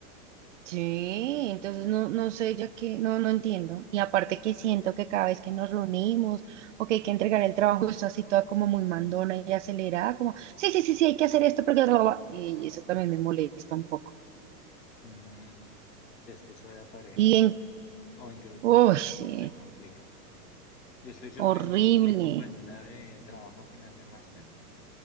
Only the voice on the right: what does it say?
Sí, entonces no, no sé, ya que no, no entiendo. Y aparte que siento que cada vez que nos reunimos o que hay que entregar el trabajo, está así toda como muy mandona y acelerada, como, sí, sí, sí, sí, hay que hacer esto porque... bla, bla, bla". Y eso también me molesta un poco.
Y en...
Uy,
sí,
horrible.